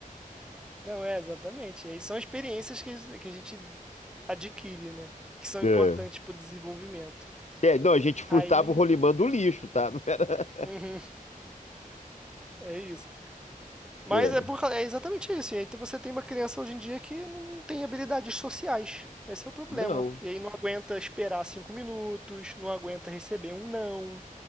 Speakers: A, in the centre; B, on the left (about 55°).
A: Não, é exatamente. E aí são experiências que, que a gente adquire, né? Que são
B: É.
A: importantes para o desenvolvimento.
B: É, não, a gente furtava
A: Aí
B: o rolimã do lixo, tá? Não era...
A: Uhum, é isso. Mas
B: É.
A: é, por, ca- é exatamente isso. E aí você tem uma criança hoje em dia que não tem habilidades sociais. Esse é o problema.
B: Não.
A: E aí não aguenta esperar cinco minutos, não aguenta receber um não.